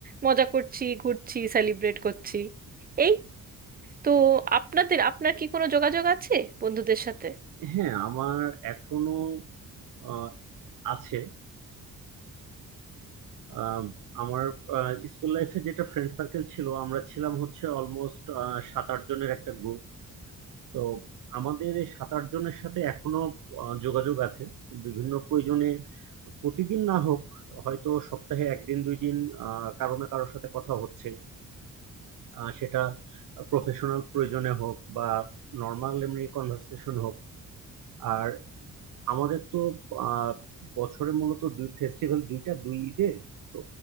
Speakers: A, on the right (about 25°); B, on the right (about 65°).
A: মজা করছি ঘুরছি সেলিব্রেট করছি এই তো আপনাদের আপনার কি কোনো যোগাযোগ আছে বন্ধুদের সাথে
B: হ্যাঁ আমার এখনো আহ, আছে আহ, আমার স্কুল লাইফে যেটা ফ্রেন্ড সার্কেল ছিল আমরা ছিলাম হচ্ছে অলমোস্ট সাত আট জনের একটা গ্রুপ তো আমাদের এই সাত আট জনের সাথে এখনো আহ, যোগাযোগ আছে বিভিন্ন প্রয়োজনে প্রতিদিন না হোক হয়তো সপ্তাহে একদিন দুই দিন আহ, কারো না কারোর সাথে কথা হচ্ছে আহ, সেটা প্রফেশনাল প্রয়োজনে হোক বা নর্মাল এমনি কনভার্সেশন হোক আর আমাদের তো আহ বছরে মূলত দুই ফেস্টিভ্যাল দুইটা দুই ঈদে তো